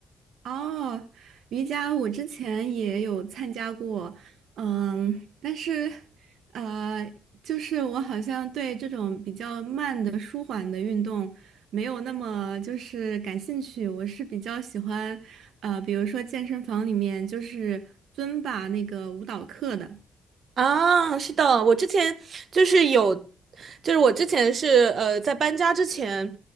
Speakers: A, on the right; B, on the right.
A: 哦，瑜伽我之前也有参加过，嗯，但是，呃，就是我好像对这种比较慢的、舒缓的运动没有那么就是感兴趣。我是比较喜欢，呃，比如说健身房里面就是尊巴那个舞蹈课的。
B: 啊，是的，我之前就是有，就是我之前是呃在搬家之前，